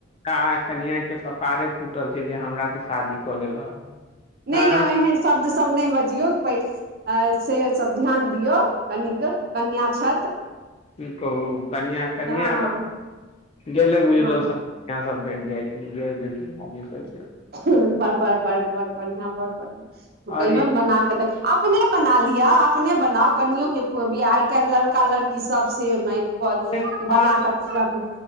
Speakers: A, on the left; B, on the right.
A: काहाँ कनियाँ के कपारे फूटल छै जे हमरा से शादी कऽ लेलक
B: नहि
A: आँ
B: यौ एहन शब्द सब नहि बजियौ पै से सब ध्यान दियौ कनिक कनियाँ छैत
A: की कहू कनिया कनिया
B: हँ
A: गेले गुजरल
B: हँ
A: सब <unintelligible> य सब भेट जाइ छै गेलगुजरल आदमी सबके
B: बड़ बड़ बड़ बड़ बढ़ियाँ बड़ बढ़ियाँ
A: आओर
B: कहियोन बना कऽ देख अपने बना लिय अपने बनाउ कनियों के खुआबि आइ काल्हि लड़का लड़की सब सेम अइ बस
A: एतेक फल
B: बना के खुआबु